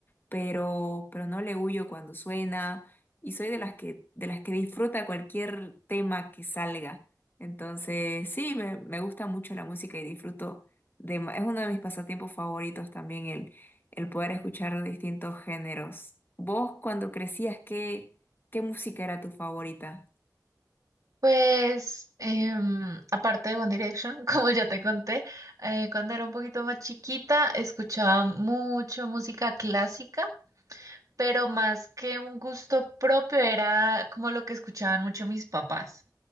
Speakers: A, on the left; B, on the right.
A: pero, pero no le huyo cuando suena y soy de las que, de las que disfruta cualquier tema que salga. Entonces, sí, me, me gusta mucho la música y disfruto de, ma- es uno de mis pasatiempos favoritos también el, el poder escuchar distintos géneros. ¿Vos cuando crecías, qué, qué música era tu favorita?
B: Pues, em, aparte de One Direction, <laughs> como ya te conté, eh, cuando era un poquito más chiquita escuchaba mucho música clásica, pero más que un gusto propio era como lo que escuchaban mucho mis papás.